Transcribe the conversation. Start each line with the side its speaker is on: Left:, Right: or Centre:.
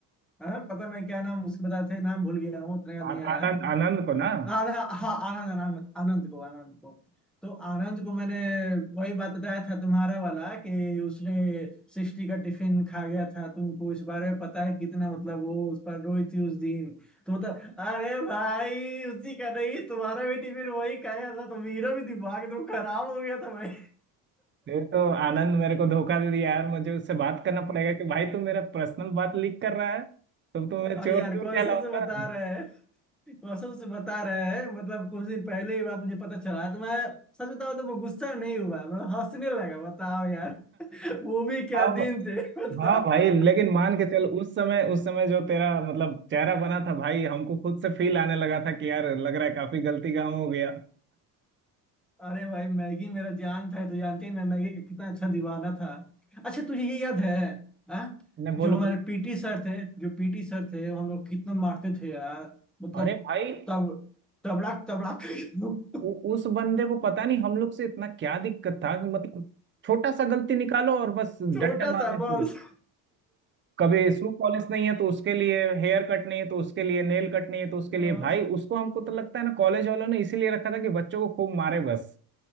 Centre: हाँ पता नहीं क्या नाम उसके बताए थे नाम भूल गया हूँ उतना याद
Right: आ,
Centre: नहीं आ रहा
Right: आनंद
Centre: है
Right: आनंद को ना
Centre: आनंद हाँ आनंद आनंद आनंद को आनंद को तो आनंद को मैंने वही बात बताया था तुम्हारा वाला कि उसने सृष्टि का टिफिन खा गया था तुमको इस बारे में पता है कितना मतलब वो उस पर रोई थी उस दिन तो मतलब अरे भाई उसी का नहीं तुम्हारा भी टिफिन वही खाया था तो मेरा भी दिमाग एकदम खराब हो गया था भाई
Right: ये तो आनंद मेरे को धोखा दे दिया यार मुझे उससे बात करना पड़ेगा कि भाई तू मेरा पर्सनल बात लीक कर रहा है तो तो मैं
Centre: अरे
Right: चोर
Centre: यार
Right: चोर
Centre: कौन
Right: कहलाऊंगा
Centre: सा से बता रहे हैं कौन सा से बता रहे हैं मतलब कुछ दिन पहले ही बात मुझे पता चला तो मैं सच बताऊं तो मैं गुस्सा नहीं हुआ मैं हंसने लगा बताओ यार वो भी
Right: <laughs>
Centre: क्या
Right: अब
Centre: दिन थे <laughs> बताओ
Right: हाँ भाई लेकिन मान के चल उस समय उस समय जो तेरा मतलब चेहरा बना था भाई हमको खुद से फील आने लगा था कि यार लग रहा है काफी गलती काम हो गया
Centre: अरे भाई मैगी मेरा जान था तो जानती है मैं मैगी का कितना अच्छा दीवाना था अच्छा तुझे ये याद है हाँ
Right: नहीं
Centre: जो
Right: बोलो
Centre: हमारे
Right: बोलो
Centre: पीटी सर थे जो पीटी सर थे वो हम लोग कितना मारते थे यार मतलब
Right: अरे भाई
Centre: तब तबड़ाक तबड़ाक <laughs>
Right: उ, उस बंदे को पता नहीं हम लोग से इतना क्या दिक्कत था कि मतलब छोटा सा गलती निकालो और बस डंडा
Centre: छोटा
Right: मारना
Centre: सा बस
Right: शुरू कभी शू पॉलिश नहीं है तो उसके लिए हेयर कट नहीं है तो उसके लिए नेल कट नहीं है तो उसके
Centre: <laughs>
Right: लिए भाई उसको हमको तो लगता है ना कॉलेज वालों ने इसीलिए रखा था कि बच्चों को खूब मारे बस